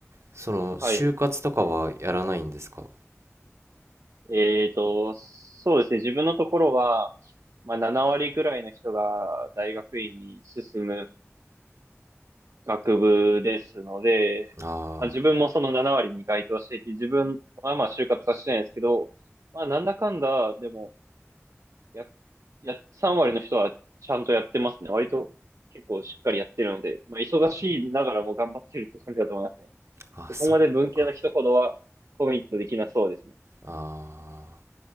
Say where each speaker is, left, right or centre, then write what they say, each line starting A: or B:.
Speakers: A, on the right; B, on the right.
A: その、就活とかはやらないんですか
B: はい。えっと、そうですね。自分のところは、まあ、7割くらいの人が大学院に進む学部ですので、
A: あ
B: まあ、自分もその7割に該当していて、自分はまあ就活はしてないんですけど、まあ、なんだかんだ、でも、や、や、3割の人はちゃんとやってますね。割と結構しっかりやってるので、まあ、忙しいながらも頑張ってるって感じだと思いますね。
A: あー、あ、
B: そこまで文系の人ほどはコミットできなそうですね。
A: そっか。ああ、